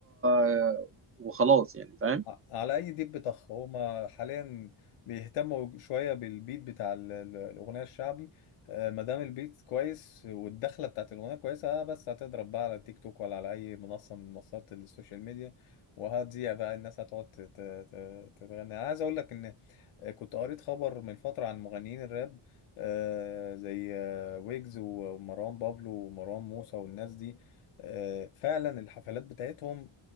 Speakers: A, on the right; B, on the left.
A: آه، وخلاص يعني فاهم
B: ع- على اي ديب بطخ هما حاليا بيهتموا شويه بالبيت بتاع ال- ال- الاغنيه الشعبي آه، ما دام البيت كويس والدخله بتاعت الاغنيه كويسه آه، بس هتضرب بقى على تيك توك ولا على اي منصه من منصات السوشيال ميديا وهتذيع بقى الناس هتقعد ت- ت- ت- تتغني انا عايز اقول لك ان آه، كنت قريت خبر من فتره عن مغنيين الراب آه، زي آه، ويجز ومروان بابلو ومروان موسى والناس دي آه، فعلا الحفلات بتاعتهم